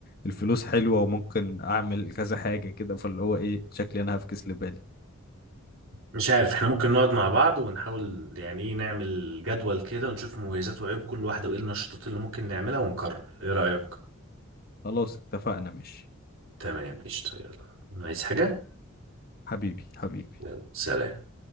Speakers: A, on the left; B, on the right.
A: الفلوس حلوة وممكن اعمل كذا حاجة كده فاللي هو ايه شكلي انا هفكس لبالي
B: مش عارف احنا ممكن نقعد مع بعض ونحاول يعني ايه نعمل جدول كده ونشوف مميزات وعيوب كل واحدة وايه النشاطات اللي ممكن نعملها ونقرر ايه رأيك
A: خلاص اتفقنا ماشي
B: تمام قشطة يلا عايز حاجة
A: حبيبي حبيبي
B: يلا سلام